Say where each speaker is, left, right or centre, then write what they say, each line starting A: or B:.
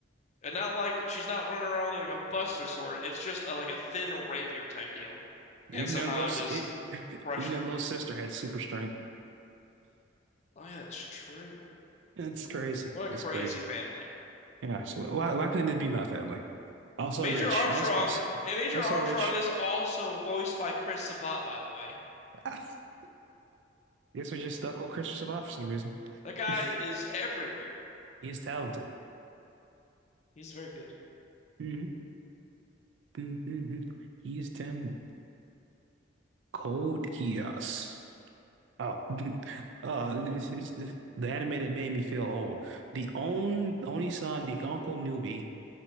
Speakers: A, on the left (about 35°); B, on the right (about 70°).
A: And not like she's not running around with like a buster sword. It's just a, like a thin rapier type deal. And
B: Even
A: somehow
B: their little s-
A: just
B: it, <laughs>
A: crushing.
B: even their little sister had super strength.
A: Oh yeah, that's true.
B: It's crazy.
A: What a
B: It's
A: crazy
B: crazy.
A: family.
B: Yeah. So why why couldn't it be my family? Also
A: Major
B: rich.
A: Armstrong,
B: Also also,
A: and Major
B: also
A: Armstrong
B: rich.
A: is also voiced by Chris Sabat, by the way.
B: <laughs> Guess we're just stuck on Christopher Sabat for some reason.
A: That guy
B: <laughs>
A: is everywhere.
B: He is talented.
A: He's very good.
B: Mhm, mhm, mhm. He's them cold Geass. Oh, <laughs> uh, this is- this- the animated made me feel old. The own only son, the Uncle Newbie